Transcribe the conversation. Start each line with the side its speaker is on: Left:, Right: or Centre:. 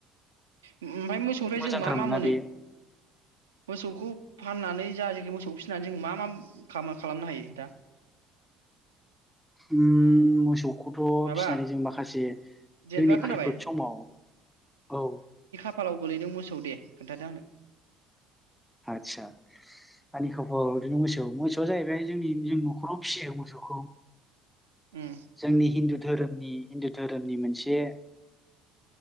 Right: उम ओमफाय मोसौरि
Centre: मोजांथारमोनना
Right: जों मा मा मोनो?
Centre: बे
Right: मोसौखौ फाननानै जा जिखो मोसौखौ फिसिनानै जों मा मा खामो खालामनो हायो दा?
Centre: उम मोसौ खौथ'
Right: माबा
Centre: फिसिनानै जों माखासे
Right: जेनेबा
Centre: जोंनि
Right: खोनाबाय
Centre: खैफोद समाव, औ
Right: खा फालाव गोलैदों मोसौ दे खोन्थादो आंनो।
Centre: आदसा आंनि खबर ओरैनो मोसौ मोसौआ जाहैबाय जोंनि जों न'खराव फिसियो मोसौखौ।
Right: उम
Centre: जोंनि हिन्दु धोरोमनि हिन्दु धोरोमनि मोनसे